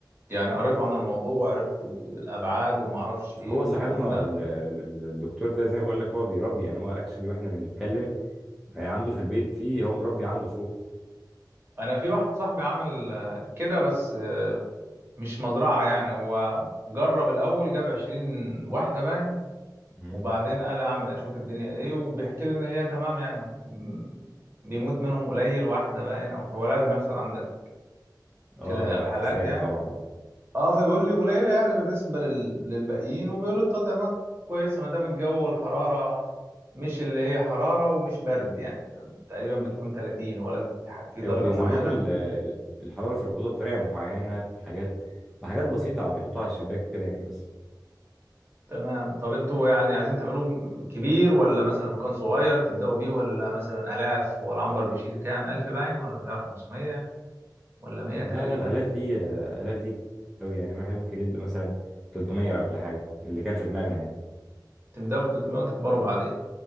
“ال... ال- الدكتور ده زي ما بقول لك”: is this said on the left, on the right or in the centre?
Centre